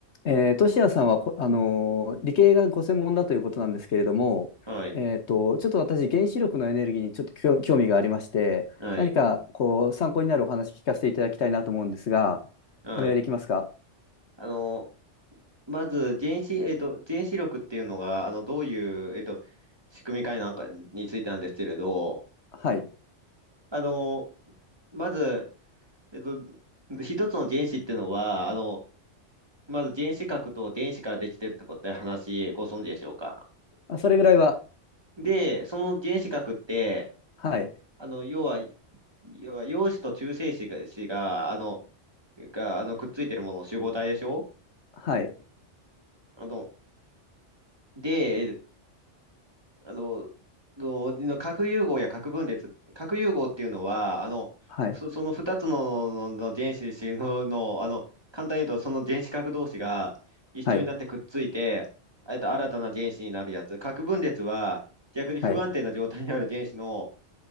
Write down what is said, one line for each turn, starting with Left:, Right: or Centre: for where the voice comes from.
Left: えー、トシヤさんはこ、あのー理系がご専門だということなんですけれども、
Right: はい。
Left: えーと、ちょっと私、原子力のエネルギーにちょっと興興味がありまして、
Right: はい。
Left: 何かこう参考になるお話聞かせていただきたいなと思うんですが、
Right: はい。
Left: お願いできますか
Right: あの、まず、原子、えっと、原子力っていうのが、あの、どういう、えっと、仕組みかなんかについてなんですけれど、
Left: はい。
Right: あの、まず、えっと、一つの原子っていうのは、あの、まず原子核と電子からできてるってことで話、ご存知でしょうか。
Left: あ、それぐらいは、
Right: で、その原子核って、
Left: はい、
Right: あの、要は、要は陽子と中性子が、子が、あの、が、あの、くっついてるもの、集合体でしょ
Left: はい、
Right: あの、で、あの、のの核融合や核分裂、核融合っていうのは、あの、
Left: はい、
Right: そ、その2つの、の、の原子の、の、あの、簡単に言うと、その原子核同士が一緒になってくっついて、
Left: はい、
Right: えっと、新たな原子になるやつ。核分裂は、逆に不安定な状態にある原子の
Left: はい、